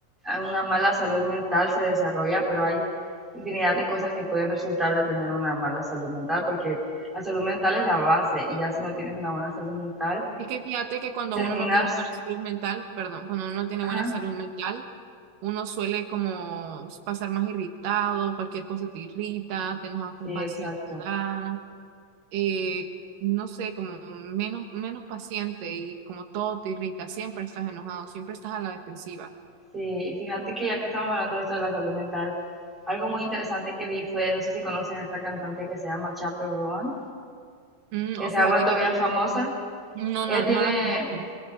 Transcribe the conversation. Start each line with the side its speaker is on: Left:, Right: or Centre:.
Centre: una mala salud mental se desarrolla, pero hay infinidad de cosas que pueden resultar de tener una mala salud mental, porque la salud mental es la base y ya si no tienes una buena salud mental,
Right: Es que fíjate que cuando
Centre: terminas...
Right: uno no tiene buena salud mental, perdón, cuando uno no tiene
Centre: Ajá,
Right: buena salud mental, uno suele como pasar más irritado, cualquier cosa te irrita, te enojas con
Centre: sí,
Right: facilidad,
Centre: exacto.
Right: eh, no sé, como menos, menos paciente y como todo te irrita, siempre estás enojado, siempre estás a la defensiva.
Centre: Sí, y fíjate que ya que estamos hablando de esto de la salud mental, algo muy interesante que vi fue, no sé si conoces a esta cantante que se llama Chappell Roan,
Right: Mm,
Centre: que
Right: o
Centre: se
Right: fíjate
Centre: ha vuelto
Right: que
Centre: bien famosa.
Right: no,
Centre: Ella
Right: no,
Centre: tiene,
Right: no la conozco,